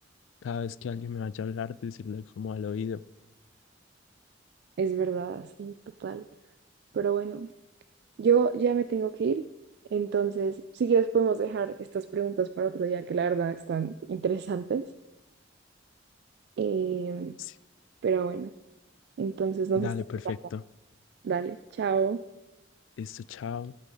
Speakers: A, on the left; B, on the right.
A: cada vez que alguien me vaya a hablar, decirle como al oído.
B: Es verdad, sí, total. Pero bueno, yo ya me tengo que ir. Entonces, si quieres, podemos dejar estas preguntas para otro día, que la verdad están interesantes. Em,
A: Sí,
B: pero bueno. Entonces nos
A: dale,
B: estamos
A: perfecto.
B: hablando. Dale, chao.
A: Listo, chao.